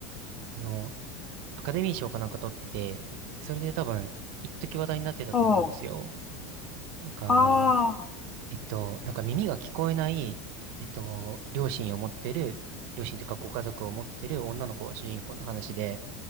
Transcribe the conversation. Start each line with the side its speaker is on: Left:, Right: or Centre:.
Right: あの、アカデミー賞かなんか取ってて、それで多分、一時話題になってたと思うんですよ。
Left: う。おう、
Right: なんかあの、
Left: ああ、
Right: えっと、なんか耳が聞こえない、えっと、両親を持ってる、両親というかご家族を持ってる女の子が主人公の話で、